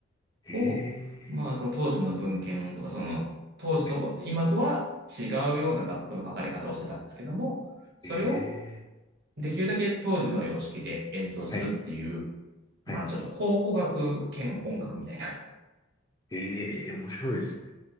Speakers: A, on the left; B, on the right.
A: えー、
B: を、まあ、その当時の文献とか、その当時とは、
A: はい、
B: 今とは違うような楽譜の書かれ方をしてたんですけども、それを
A: え
B: できるだけ当時の様式で演奏するっていう、
A: ー、はい、
B: まあちょっと考古学兼音楽みたいな。
A: はい。えー、面白いですね。